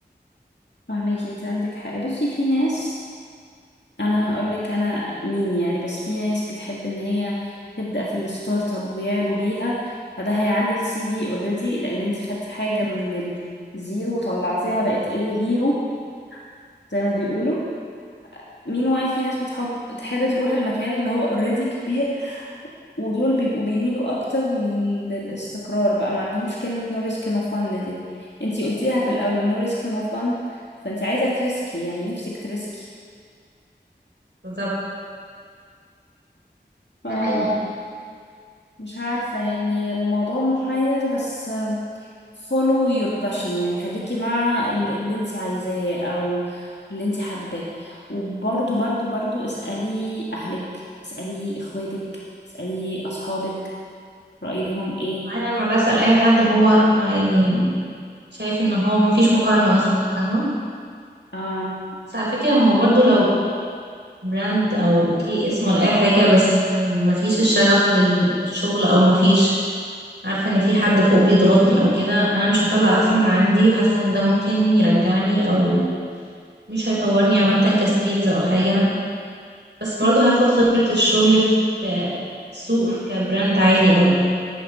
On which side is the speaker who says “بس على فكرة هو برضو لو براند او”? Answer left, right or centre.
Right